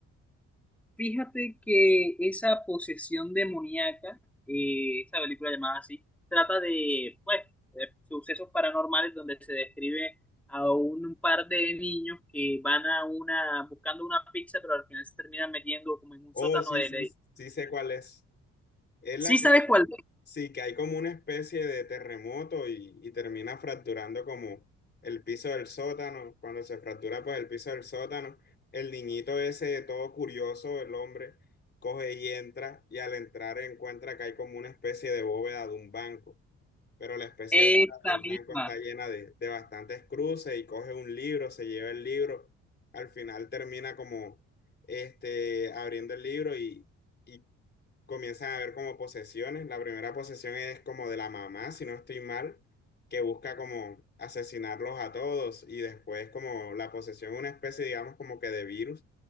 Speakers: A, in the centre; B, on the left.
A: Fíjate que esa posesión demoníaca, eh, esa película llamada así, trata de, pues, de sucesos paranormales donde se describe a un par de niños que van a una, buscando una pizza, pero al final se terminan metiendo como en un
B: Oh,
A: sótano
B: sí,
A: de...
B: sí,
A: de- de-
B: sí sé cuál es. Es
A: Sí
B: la que
A: sabes cuál es?
B: Sí, que hay como una especie de terremoto y, y termina fracturando como el piso del sótano. Cuando se fractura pues el piso del sótano, el niñito ese todo curioso, el hombre, coge y entra y al entrar encuentra que hay como una especie de bóveda de un banco. Pero la especie
A: esta
B: de bóveda del
A: misma.
B: banco está llena de, de bastantes cruces y coge un libro, se lleva el libro. Al final termina como este, abriendo el libro y, y comienzan a haber como posesiones. La primera posesión es como de la mamá, si no estoy mal, que busca como asesinarlos a todos y después como la posesión, una especie, digamos, como que de virus,